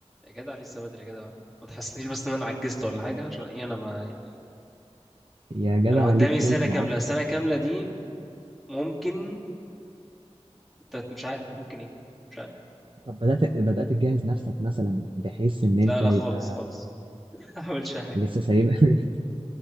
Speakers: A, in the centre; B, on the right (about 50°).
A: يا جدع لسه بدري يا جدع ما تحسنيش <laughs> بس ان انا عجزت ولا حاجه عشان ايه انا ما يعني
B: يا جدع
A: انا قدامي
B: عليك طولة
A: سنه
B: العمر
A: كامله سنه كامله دي ممكن انت مش عارف ممكن ايه مش عارف
B: طب بدأت بدأت تجهز نفسك مثلا بحيث ان انت
A: لا لا
B: يبقى
A: خالص خالص <laughs> ما عملتش اي حاجه
B: لسه سايب <laughs>